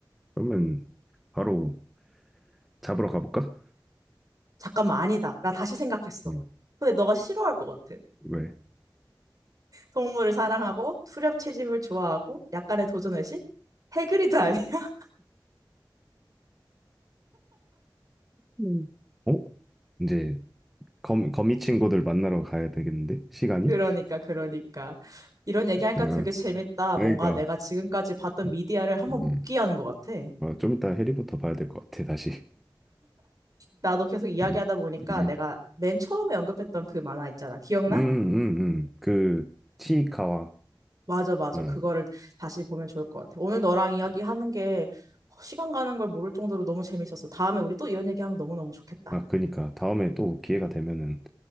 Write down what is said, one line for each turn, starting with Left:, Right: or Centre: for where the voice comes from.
Centre: 그러면 바로 잡으러 가볼까?
Right: 잠깐만 아니다. 나 다시 생각했어.
Centre: 음,
Right: 근데 너가 싫어할 것 같아.
Centre: 왜?
Right: 동물을 사랑하고 투렵 채집을 좋아하고 약간의 도전의식? 해그리드 아니? <laughs>
Centre: 음. 어? 이제 거미, 거미 친구들 만나러 가야 되겠는데? 시간이?
Right: 그러니까
Centre: <laughs>
Right: 그러니까. 이런 얘기하니까
Centre: 응,
Right: 되게 재밌다.
Centre: 그러니까.
Right: 뭔가 내가 지금까지 봤던
Centre: 음,
Right: 미디어를 한번 복귀하는
Centre: 음.
Right: 것 같아.
Centre: 아, 좀 이따 해리부터 봐야 될 것 같아, 다시.
Right: 나도 계속 이야기하다
Centre: 음,
Right: 보니까
Centre: 음,
Right: 내가 맨 처음에 언급했던 그 만화 있잖아. 기억나?
Centre: 음, 음, 음. 그, 치이카와,
Right: 맞아, 맞아.
Centre: 응.
Right: 그거를 다시 보면 좋을 것 같아. 오늘 너랑 이야기하는 게 시간 가는 걸 모를 정도로 너무 재밌었어. 다음에 우리 또 이런 얘기하면 너무너무 좋겠다.
Centre: 아, 그니까. 다음에 또 기회가 되면은